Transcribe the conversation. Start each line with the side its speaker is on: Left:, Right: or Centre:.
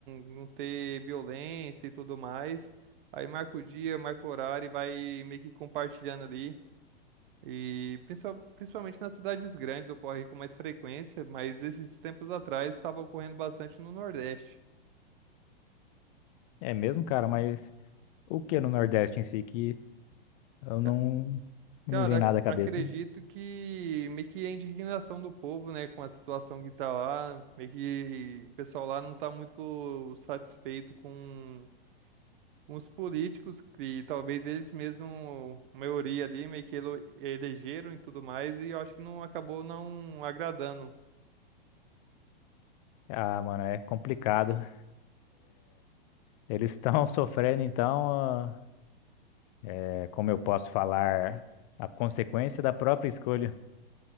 Right: não ter violência e tudo mais. Aí marca o dia, marca o horário e vai meio que compartilhando ali. E principal- principalmente nas cidades grandes ocorre com mais frequência, mas esses tempos atrás estava ocorrendo bastante no Nordeste.
Left: É mesmo, cara, mas o que no Nordeste em si que eu não
Right: Ca-
Left: não
Right: Cara,
Left: me vem
Right: ac-
Left: nada à cabeça,
Right: acredito
Left: né?
Right: que meio que a indignação do povo, né, com a situação que tá lá, meio que o pessoal lá não tá muito satisfeito com uns políticos que talvez eles mesmo, a maioria ali, meio que elo- elegeram e tudo mais, e eu acho que não acabou não agradando.
Left: Ah, mano, é complicado. Eles estão <laughs> sofrendo, então, a- é, como eu posso falar, a consequência da própria escolha.